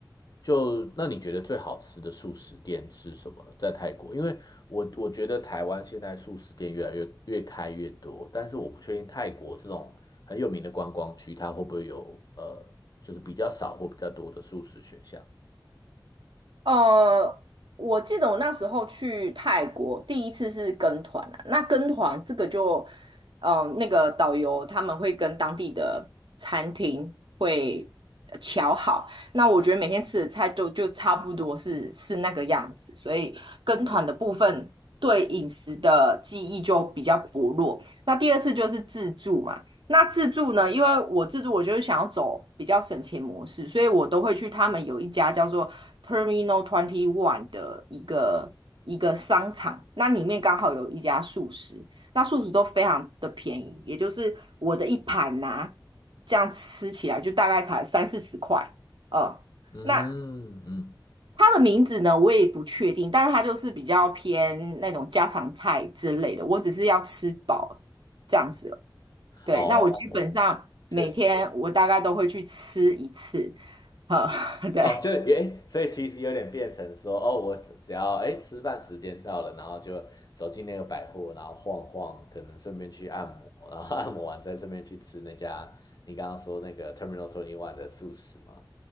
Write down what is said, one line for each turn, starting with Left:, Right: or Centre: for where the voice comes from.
Left: 就那你觉得最好吃的素食店是什么呢？在泰国，因为我我觉得台湾现在素食店越来越越开越多，但是我不确定泰国这种很有名的观光区，它会不会有呃，就是比较少或比较多的素食选项？
Right: 呃，我记得我那时候去泰国，第一次是跟团啊。那跟团这个就，呃，那个导游他们会跟当地的餐厅会呃瞧好。那我觉得每天吃的菜就就差不多是是那个样子，所以跟团的部分对饮食的记忆就比较薄弱。那第二次就是自助嘛。那自助呢？因为我自助，我就是想要走比较省钱模式，所以我都会去他们有一家叫做 Terminal Twenty One 的一个一个商场，那里面刚好有一家素食，那素食都非常的便宜，也就是我的一盘呐、这样吃起来就大概才三四十块，呃，
Left: 嗯嗯，
Right: 那它的名字呢，我也不确定，但是它就是比较偏那种家常菜之类的，我只是要吃饱这样子对，
Left: 哦，
Right: 那我基本上每天我大概都会去吃一次，
Left: 确实，
Right: 呵，<laughs> 对，
Left: 哦，就诶，所以其实有点变成说，哦，我只要诶吃饭时间到了，然后就走进那个百货，然后晃晃，可能顺便去按摩，然后按摩完再顺便去吃那家你刚刚说那个 Terminal Twenty One 的素食嘛。